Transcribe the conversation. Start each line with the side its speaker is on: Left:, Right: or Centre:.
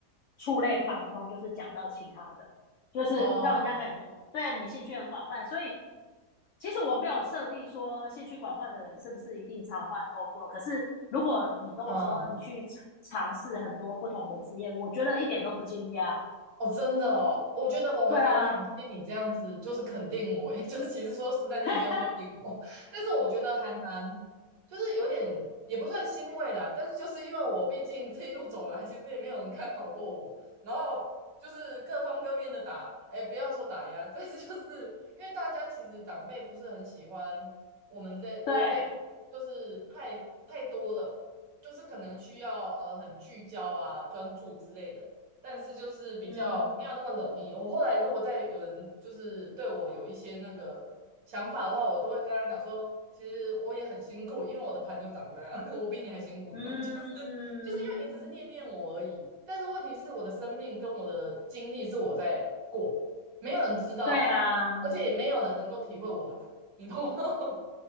Left: 触类旁通，就是讲到其他的，就是让人家感觉对你兴趣很广泛。
Right: 哦，
Left: 所以其实我没有设定说兴趣广泛的人是不是一定常换工作，可是如果你跟我说你去尝尝试很多不同的职业，
Right: 嗯。
Left: 我觉得一点都不惊讶。
Right: 哦，真的哦，我觉得我还蛮感谢你这样子，
Left: 对啊，
Right: 就是肯定我诶，<laughs> 就其实说实在，你也没有肯定我，
Left: <laughs>
Right: 但是我觉得还蛮，就是有点也不算欣慰啦，但是就是因为我毕竟这一路走来，其实也没有人看好过我，然后就是各方各面的打，哎，不要说打压，<laughs> 但是就是因为大家其实长辈不是很喜欢我们这我这一种，
Left: 对，
Right: 就是太太多了，就是可能需要呃很聚焦啊、专注之类的。但是就是比较没有那么容易。
Left: 嗯。
Right: 我后来如果再有人就是对我有一些那个想法的话，我都会跟他讲说，其实我也很辛苦，因为我的盘就长这样，<laughs> 我比你还辛苦呢。
Left: 嗯，
Right: <laughs> 就是就是因为你只是念念我而已，但是问题是我的生命跟我的经历是我在过，没有人知道，
Left: 对啊，
Right: 而且也没有人能够体会我的苦，你懂吗？<laughs>